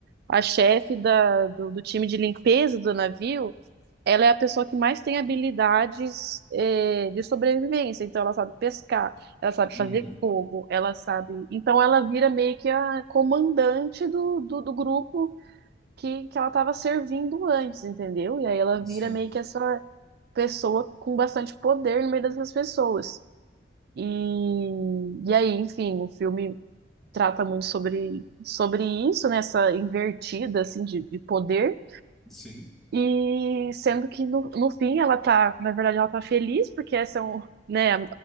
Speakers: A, on the right; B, in the centre.
A: a chefe da, do, do time de limpeza do navio. Ela é a pessoa que mais tem habilidades, eh, de sobrevivência. Então, ela sabe pescar, ela sabe
B: uhum.
A: fazer fogo, ela sabe. Então, ela vira meio que a comandante do, do, do grupo que, que ela estava servindo antes, entendeu? E aí ela vira
B: Sim,
A: meio que essa pessoa com bastante poder no meio dessas pessoas. E, e aí, enfim, o filme trata muito sobre, sobre isso, nessa invertida assim, de, de poder.
B: sim,
A: E sendo que no, no fim ela tá, na verdade, ela tá feliz, porque essa é um, né, a,